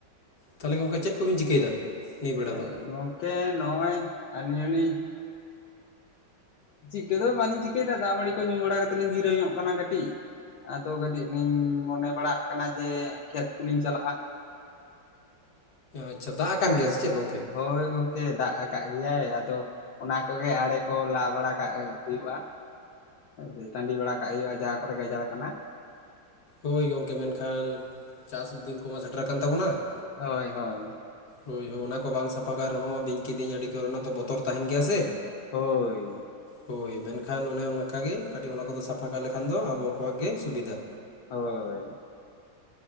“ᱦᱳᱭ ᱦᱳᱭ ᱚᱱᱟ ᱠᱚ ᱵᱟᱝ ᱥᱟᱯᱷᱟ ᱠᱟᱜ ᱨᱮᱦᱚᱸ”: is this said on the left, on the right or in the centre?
Left